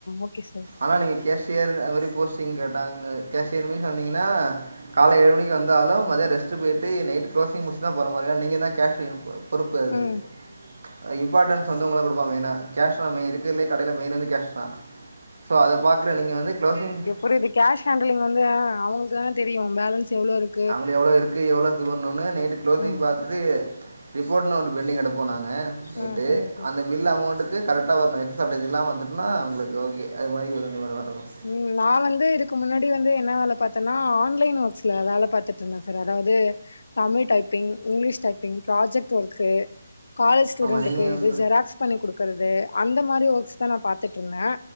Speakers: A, on the left (about 60°); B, on the right (about 65°).
A: ஓகே சார்
B: ஆனா நீங்கு கேஷியர் அமாரி போஸ்டிங் கேட்டாங்க கேஷியர் மீன்ஸ் வந்தீங்கின்னா கால ஏழு மணிக்கு வந்தாலு மதிய ரெஸ்ட்டு போய்ட்டு நைட்டு க்ளோசிங் முட்ச்சு தா போர மாங்க நீங்க தா கேஷ்லின் போம் பொறுப்பு அது
A: ம்
B: அ இம்பாட்டன்ஸ் வந்து உங்கள குடுப்பாங் மெய்னா கேஷ் ஆன் மே இருக்குற்லே கடைய்ல மெய்ன் வந்து கேஷ் தா ஸோ அத பாக்ற நீங்க வந்து க்லோஸிங்ஸ்
A: ஒர் இது கேஷ் ஹேண்டலிங் வந்து ஆ அவங்களுக்கு தான தெரியு பேலன்ஸ் எவ்ளோருக்
B: அவுளி எவ்ளோ இருக்கு எவ்ளோ து பன்னுனு நேட்டு க்லோஸிங்
A: ம்
B: பாத் இது ரிப்போரனட்னு ஒன்னு பெண்டிங் எடுப்போ நாங்க நைட்டு
A: ஆ சரிங்க சார்
B: அந்தவ் பில் அமௌண்ட்டுக்கு கரெக்டா ஒன்னு நெக்ஸ் சார்ட்டேஜ்ஜெல்லாம வந்துட்டுன்னா உங்களுக்கு ஓகே அது மாரி <unintelligible>
A: ம் நா வந்து இதுக்கு முன்னாடி வந்து என்ன வேல பாத்தேன்னா ஆன்லைன் ஒர்க்ஸ்ல வேல பத்துட் இருந்த சார் அதாவது Tamil typing English typing project work college ஸ்டூடண்டுக்கு
B: ஆமாம் நீங்கள்
A: இது ஜெராக்ஸ் பண்ணி குடுக்குறது அந்த மாரி ஒர்க்ஸ் தா நா பாத்துட்டுருந்தே